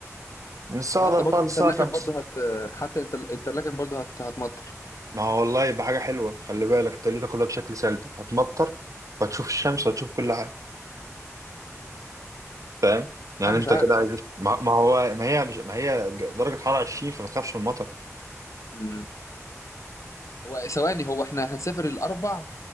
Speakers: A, on the right (about 85°); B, on the left (about 70°).
A: من الساعة
B: وحتى
A: 4
B: برضو الانترلاكن
A: للساعة 5
B: برضو هت حتى الانتر- الانترلاكن برضو هت... هتمطر
A: ما هو والله يبقى حاجة حلوة خلي بالك انت ليه تاخدها بشكل سلبي هتمطر وهتشوف الشمس وهتشوف كل حاجة فاهم يعني
B: لا مش
A: انت
B: عارف
A: كده عايز ما ما هو ما هي مش ما هي ج- درجة حرارة 20 فما تخافش من المطر
B: مم. هو ثواني هو احنا هنسافر الاربع